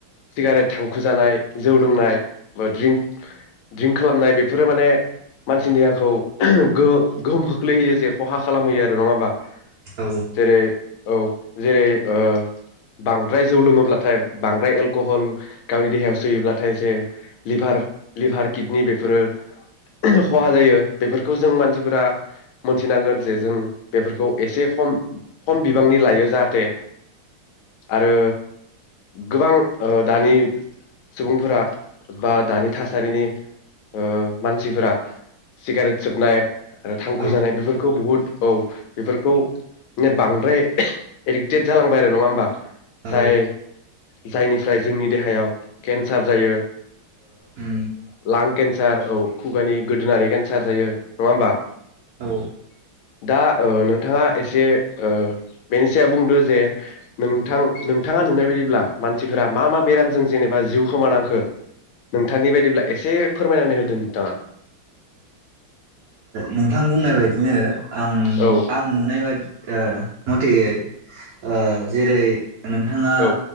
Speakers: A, on the left (about 80°); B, on the right (about 65°).
A: सिगारेट थां खु जानाय जौ लोंनाय बा ड्रिंक खालामनाय बेफोरो माने मानसि देहाखौ गोहो गोहोम खोख्लैहैयो जे खहा खालामहैयो आरो नङा होमबा? जेरै
B: औ
A: औ जेरै ओ बांद्राय जौ लोङोब्लाथाय बांद्राय एलक'हल गावनि देहायाव सोयोब्लाथाय जे लिभार लिभार किडनि बेफोरो खहा जायो बेफोरखौ जों मानसिफोरा मोनथिनांगोन जे जों बेफोरखौ एसे खम खम बिबांनि लायो जाहाथे आरो गोबां ओ दानि सुबुंफोरा बा दानि थासारिनि ओ मानसिफोरा सिगारेट सोबनाय आरो थांखु
B: औ
A: जानाय बेफोरखौ बुहुद औ बेफोरखौ मे बांद्राय एडिक्टेट जालांबाय आरो नङा होमबा
B: औ
A: जाय जायनिफ्राय जोंनि देहायाव केन्सार जायो
B: उम
A: लां केन्सार औ खुगानि गोदोनानै केन्सार जायो नङा होमबा
B: औ ओ
A: दा नोंथाङा एसे बेनि सायाव बुंदो जे नोंथां नोंथाङा नुनाय बायदिब्ला मानसिफोरा मा मा बेरामजों जेनेबा जिउ खोमानांखो नोंथांनि बायदिब्ला एसे फोरमायनानै होदों नोंथाङा
B: नोंथां बुंनाय बायदिनो आं
A: औ
B: आं नुनाय बादि मथेयै ओ जेरै नोंथाङा
A: औ